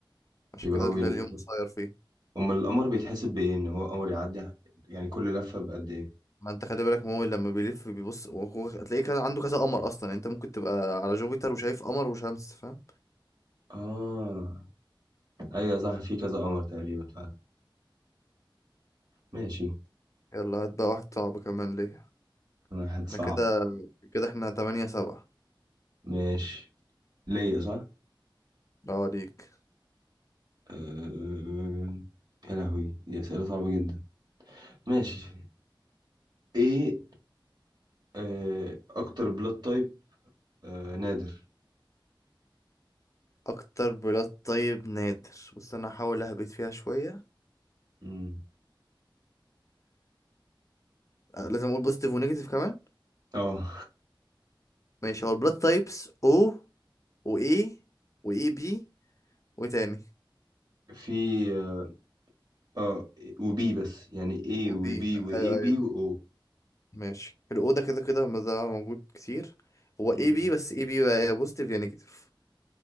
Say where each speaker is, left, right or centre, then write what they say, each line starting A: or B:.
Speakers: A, on the left; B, on the right.
A: عشان
B: يبقى
A: كده
B: هو
A: هتلاقي
B: بيلف
A: اليوم
B: كده.
A: قصير فيه
B: أمال القمر بيتحسب بإيه إن هو قمر يعدي يعني كل لفة بقد إيه؟
A: ما انت خلي بالك ما هو لما بيلف بيبص وهو هتلاقيه كذا عنده كذا قمر اصلا يعني انت ممكن تبقى على جوبيتر وشايف قمر وشمس فاهم
B: آه أيوة صح في كذا قمر تقريبا فعلا ماشي
A: يلا هات بقى واحد صعب كمان ليه
B: واحد
A: احنا
B: صعب
A: كده كده احنا تمانية سبعة
B: ماشي ليا صح؟
A: اه ليك
B: أه... يا لهوي دي أسئلة صعبة جدا ماشي ايه أه... أكتر بلاد تايب أه... نادر
A: اكتر بلاد طيب نادر بص انا هحاول اهبط فيها شوية
B: مم.
A: آه، لازم اقول بوزيتيف ونيجاتيف كمان
B: اه
A: ماشي هو البلاد تايبس او واي واي بي وتاني
B: في اه آه، وبي بس يعني ايه
A: وبي
B: وبي واي
A: ايوه ايوه
B: بي واو
A: ماشي الأوضة كده كده ما ده موجود كتير هو اي
B: مم.
A: بي بس اي بي بقى يا بوزيتيف يا نيجاتيف